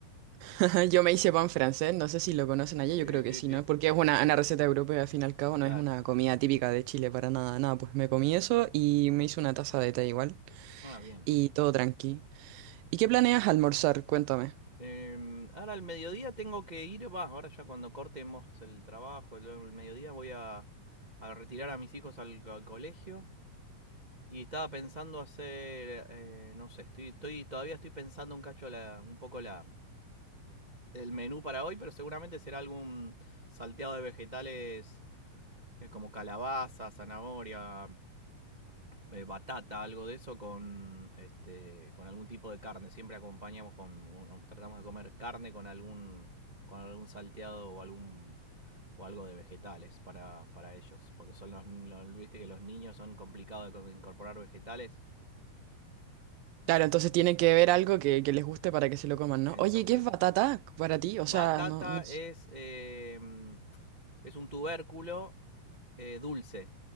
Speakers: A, on the right; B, on the right.
A: <laughs> Yo me hice pan francés, no sé si lo conocen allá,
B: Sí,
A: yo creo
B: sí,
A: que sí,
B: sí.
A: ¿no? Porque es una, una receta europea, al fin y al cabo,
B: Claro.
A: no es una comida típica de Chile para nada, nada. Pues me comí eso y me hice una taza de té igual.
B: Ah, bien.
A: Y todo tranqui. ¿Y qué planeas almorzar? Cuéntame.
B: Eh, ahora al mediodía tengo que ir. Va, ahora ya cuando cortemos el trabajo, el, el mediodía voy a, a retirar a mis hijos al, al colegio. Y estaba pensando hacer, eh, no sé, estoy, estoy, todavía estoy pensando un cacho la, un poco la, el menú para hoy, pero seguramente será algún salteado de vegetales eh, como calabaza, zanahoria, eh, batata, algo de eso con, este, con algún tipo de carne. Siempre acompañamos con, un- tratamos de comer carne con algún, con algún salteado o algún o algo de vegetales para, para ellos, porque son los, los- viste que los niños son complicados de co- incorporar vegetales.
A: Claro, entonces tienen que ver algo que, que les guste para que se lo coman, ¿no?
B: Entonces,
A: Oye, ¿qué es batata para ti? O
B: Batata
A: sea, no, no s-
B: es, eh, mm, es un tubérculo eh, dulce.